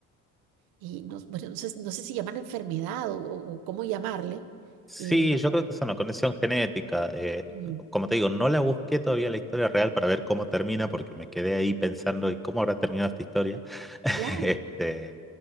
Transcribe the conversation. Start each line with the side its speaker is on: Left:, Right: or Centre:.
Right: y no, bueno, no sé, no sé si llaman enfermedad o, o cómo llamarle.
Centre: Sí,
Right: eh, mira,
Centre: yo creo que es una conexión genética. eh,
Right: mm,
Centre: como te digo, no la busqué todavía la historia real para ver cómo termina, porque me quedé ahí pensando, ¿y cómo habrá terminado esta historia? <laughs>
Right: claro.
Centre: Este,